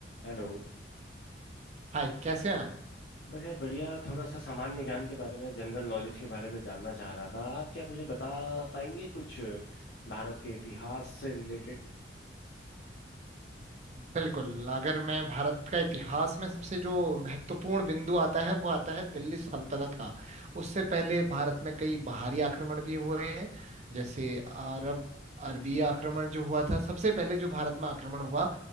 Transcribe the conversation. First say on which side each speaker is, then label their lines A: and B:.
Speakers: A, on the left (about 65°); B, on the right (about 40°).
A: Hello
B: हाय कैसे हैं आप
A: बस यार बढ़िया थोड़ा सा सामान्य ज्ञान के बारे में जनरल नॉलेज के बारे में जानना चाह रहा था आप क्या मुझे बता पाएंगे कुछ भारत के इतिहास से रिलेटेड
B: बिल्कुल अगर मैं भारत का इतिहास में सबसे जो महत्वपूर्ण बिंदु आता है वो आता है दिल्ली सल्तनत का उससे पहले भारत में कई बाहरी आक्रमण भी हुए हैं जैसे अरब अरबी आक्रमण जो हुआ था सबसे पहले जो भारत में आक्रमण हुआ